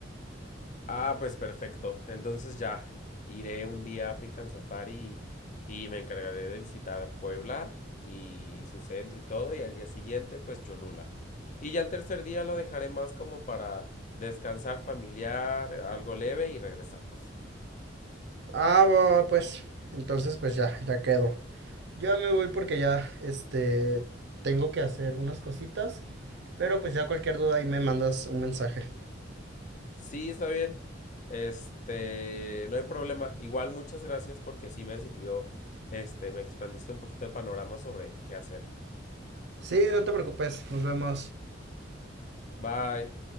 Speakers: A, on the left (about 40°); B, on the right (about 60°).
A: Ah, pues perfecto. Entonces ya iré un día a African Safari y, y me encargaré de visitar Puebla y su centro y todo, y al día siguiente pues Cholula. Y ya el tercer día lo dejaré más como para descansar familiar, algo leve y regresarnos.
B: Ah, va, va, pues, entonces pues ya, ya quedó. Yo ya me voy porque ya, este, tengo que hacer unas cositas, pero pues ya cualquier duda ahí me mandas un mensaje.
A: Sí, está bien. Este, no hay problema. Igual muchas gracias porque sí me sirvió, este, me expandiste un poquito el panorama sobre qué hacer.
B: Sí, no te preocupes, nos vemos.
A: Bye.